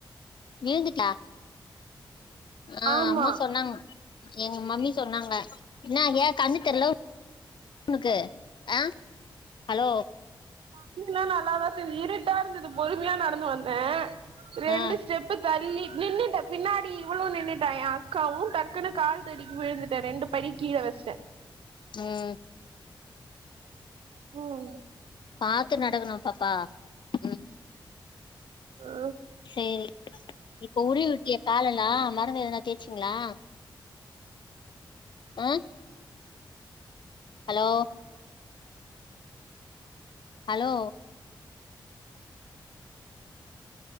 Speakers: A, on the left; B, on the right.
A: வீழ்ந்துட்டியா ஆ
B: ஆமா
A: அம்மா சொன்னாங்க எங்க மம்மி சொன்னாங்க என்னா ஏ கண்ணு தெர்ல உ னுக்கு அ ஹலோ
B: கண்ணுல்லா நல்லாதா தெரிது இருட்டா இருந்துது பொறுமையா நடந்து வந்த ரெண்டு
A: ஆ
B: ஸ்டெப் பு தள்ளி நின்னுட்ட பின்னாடி இவ்ளு நின்னுட்டா எ அக்காவு டக்குனு கால் தடிக் விழுந்துட்டே ரெண்டு படி கீழ வச்ட
A: ம்
B: ம்
A: பாத்து நடக்கணு பாப்பா ம்
B: அ
A: சேரி இப்போ உருவி விட்டியா காலல்லா மருந்து எதனா தேச்சிங்ளா அ ஹலோ ஹலோ